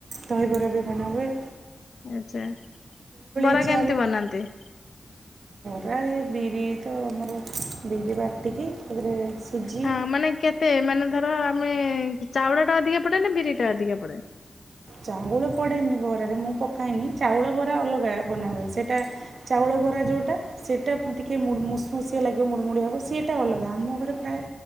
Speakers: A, on the right; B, on the left.
A: ଦହିବରା ବି ବନାହୁଏ।
B: ଆଚ୍ଛା, ବରା
A: ଇଚ୍ଛା
B: କେମିତି ବନାନ୍ତି?
A: ପ୍ରାୟ ବିରି ତ ଆମର ବିରି ବାଟିକି। ତା'ପରେ ସୁଜି
B: ହଁ ମାନେ କେତେ, ମାନେ ଧର। ଆମେ ଚାଉଳଟା ଅଧିକା ପଡେ ନା ବିରିଟା ଅଧିକା ପଡେ?
A: ଚାଉଳ ପଡେନି ବରାରେ ମୁଁ ପକାଏନି ଚାଉଳ ବରା ଅଲଗା ବନା ହୁଏ ସେଠ୍ ଟା, ଚାଉଳ ବରା ଯେଉଟା। ସେଇଟା ଟିକେ ମୁସମସିଆ ଲାଗିବ ମୁଡ଼ିମୁଡ଼ିଆ ହେବ ସିଏଟା ଅଲଗା ଆମ ଘରେ ପ୍ରାୟ